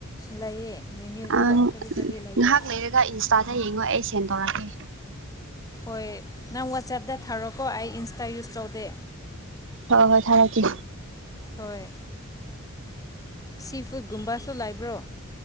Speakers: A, on the left; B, on the right.
A: ꯂꯩꯌꯦ ꯃꯦꯅ꯭ꯌꯨꯗꯣ
B: ꯑꯪ
A: ꯀꯔꯤ ꯀꯔꯤ ꯂꯩꯌꯦ
B: ꯉꯍꯥꯛ ꯂꯩꯔꯒ ꯏꯟꯁꯇꯥꯗ ꯌꯦꯡꯉꯣ ꯑꯩ ꯁꯦꯟ ꯇꯧꯔꯛꯀꯦ
A: ꯍꯣꯏ ꯅꯪ ꯋꯥꯆꯦꯞꯇ ꯊꯥꯔꯛꯀꯣ ꯑꯩ ꯏꯟꯁꯇꯥ ꯌꯨꯁ ꯇꯧꯗꯦ
B: ꯍꯣꯏ ꯍꯣꯏ ꯊꯥꯔꯛꯀꯦ
A: ꯍꯣꯏ ꯁꯤ ꯐꯨꯗꯀꯨꯝꯕꯁꯨ ꯂꯩꯕ꯭ꯔꯣ